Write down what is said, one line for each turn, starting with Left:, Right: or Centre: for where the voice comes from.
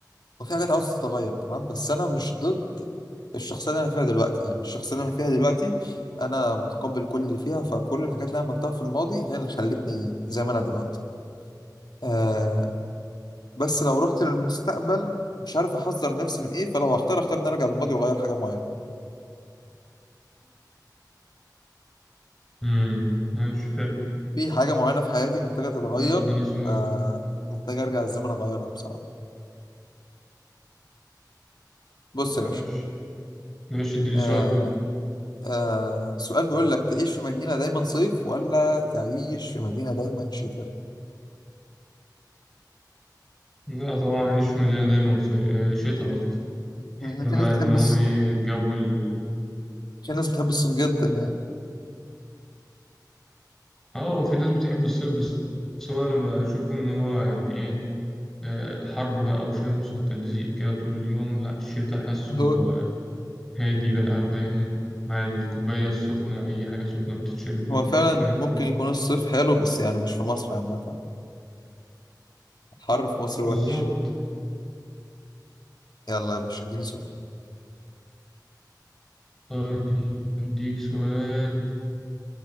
Left: وفي حاجات عاوزة تتغير تمام بس أنا مش ضد الشخصية اللي أنا فيها دلوقتي يعني الشخصية اللي أنا فيها دلوقتي أنا متقبل كل اللي فيها فكل الحاجات اللي أنا عملتها في الماضي هي اللي خلتني زي ما أنا دلوقتي آه بس لو رحت للمستقبل مش عارف أحذر نفسي من إيه فلو هختار أختار إن أنا أرجع بالماضي وأغير حاجة معينة
Centre: <laughs> مم. ماشي حلو
Left: في حاجة معينة في حياتي محتاجة تتغير
Centre: طيب اديني سؤال
Left: فمحتاج أرجع الزمن أغيرها بصراحة بص
Centre: بس
Left: يا باشا
Centre: ماشي ماشي اديني
Left: آه
Centre: سؤال بقى
Left: آه سؤال بيقول لك تعيش في مدينة دايما صيف ولا تعيش في مدينة دايما شتاء
Centre: لا طبعا أعيش في مدينة دايما صي... آه، شتا قصدي بحب
Left: يعني في
Centre: بقى
Left: ناس بتحب
Centre: إن هو
Left: الص...
Centre: إيه جو ال...
Left: في ناس بتحب الصيف جدا يعني
Centre: آه هو في ناس بتحب الصيف بس بس هو أنا بشوف إن هو يعني إيه آه، حر بقى وشمس وتلزيق كده طول اليوم لا الشتا حاسه
Left: هو
Centre: آه، هادي بقى فاهم مع الكوباية السخنة أي حاجة سخنة بتتشرب بالليل
Left: هو فعلا
Centre: فاهم
Left: ممكن يكون الصيف حلو بس يعني مش في مصر عامة الحر في مصر
Centre: بالظبط
Left: وحش يلا يا باشا اديني سؤال
Centre: طيب أديك سؤال